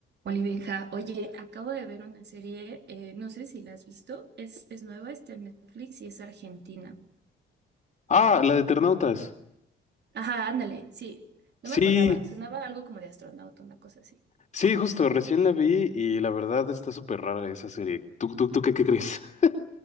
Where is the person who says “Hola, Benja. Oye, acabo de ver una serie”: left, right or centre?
Right